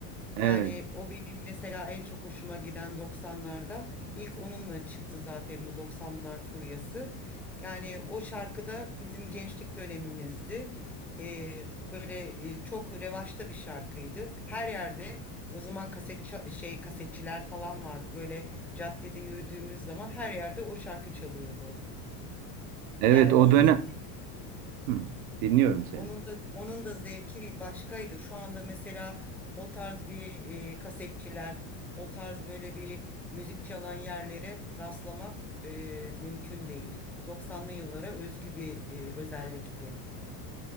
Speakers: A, on the right; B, in the centre.
A: Evet.
B: Yani o benim mesela en çok hoşuma giden 90'larda ilk onunla çıktı zaten bu 90'lar furyası. Yani o şarkıda bizim gençlik dönemimizdi. Ee, böyle e, çok revaçta bir şarkıydı. Her yerde o zaman kaset ça- şey kasetçiler falan vardı. Böyle caddede yürüdüğümüz zaman her yerde o şarkı çalıyordu.
A: Evet
B: Yani onun
A: o dönem.
B: da
A: Hı, dinliyorum seni.
B: onun da onun da zevki bir başkaydı. Şu anda mesela o tarz bir e, kasetçiler, o tarz böyle bir müzik çalan yerlere rastlamak e, mümkün değil. Doksanlı yıllara özgü bir e, özellikti.